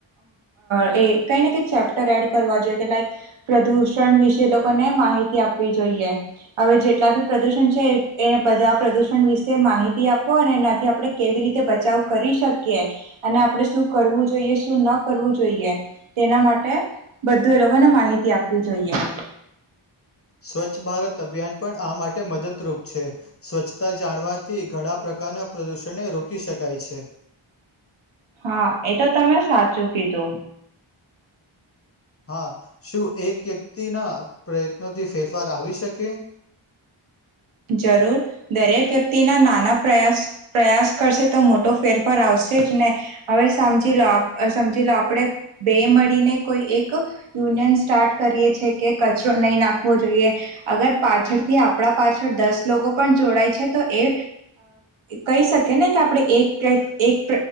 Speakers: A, on the right; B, on the left.
A: એ કઈ ને કે ચેપ્ટર એડ કરવા જોઈએ કે લાઈક પ્રદૂષણ વિશે લોકોને માહિતી આપવી જોઈએ. હવે જેટલા બી પ્રદૂષણ છે, એ બધા પ્રદૂષણ વિશે માહિતી આપો અને એનાથી આપણે કેવી રીતે બચાવ કરી શકીએ અને આપણે શું કરવું? જોઈએ શું ન કરવું જોઈએ, તેના માટે બધું એ લોકોને માહિતી આપવી જોઈએ.
B: સ્વચ્છ ભારત અભિયાન પણ આ માટે મદદરૂપ છે. સ્વચ્છતા જાણવાથી ઘણા પ્રકારના પ્રદૂષણને રોકી શકાય છે.
A: હા એ તો તમે સાચું કીધું.
B: હા શું એક વ્યક્તિના પ્રયત્નોથી ફેરફાર આવી શકે?
A: જરૂર. દરેક વ્યક્તિના નાના પ્રયાસ પ્રયાસ કરશે, તો મોટો ફેરફાર આવશે જ ને. હવે સમજી લો સમજી લો આપણે બે મળીને કોઈ એક યુનિયન સ્ટાર્ટ કરીએ છે કે કચરો નહીં નાખવો જોઈએ અગર પાછળથી આપણા પાછળ દસ લોકો પણ જોડાય છે. તો એ કહી શકે ને કે આપણે એક એક